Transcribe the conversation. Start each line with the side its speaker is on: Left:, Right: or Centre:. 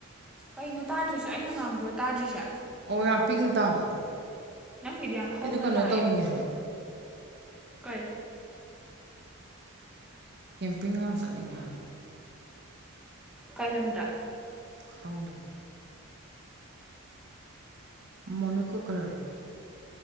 Centre: ꯀꯩꯅꯣ ꯇꯥꯗ꯭ꯔꯤꯁꯦ ꯑꯩꯅ ꯉꯥꯡꯕ꯭ꯔꯣ ꯇꯥꯗ꯭ꯔꯤꯁꯦ
Right: ꯑꯣ ꯌꯥꯝ ꯄꯤꯛꯅ ꯇꯥꯕ
Centre: ꯅꯪꯒꯤꯗꯤ ꯌꯥꯝ ꯍꯧꯅ
Right: ꯑꯩꯗꯣ ꯀꯩꯅꯣ
Centre: ꯇꯥꯏꯌꯦ
Right: ꯇꯧꯅꯤꯡꯉꯦ ꯍꯥꯏꯕ
Centre: ꯀꯩ
Right: ꯀꯦꯝꯄꯤꯡ ꯌꯥꯝ ꯆꯠꯅꯤꯡꯉꯦ ꯍꯥꯏꯕ
Centre: ꯀꯩ ꯂꯝꯗ
Right: ꯈꯪꯗꯦ ꯃꯣꯅꯨꯀꯨꯀꯔ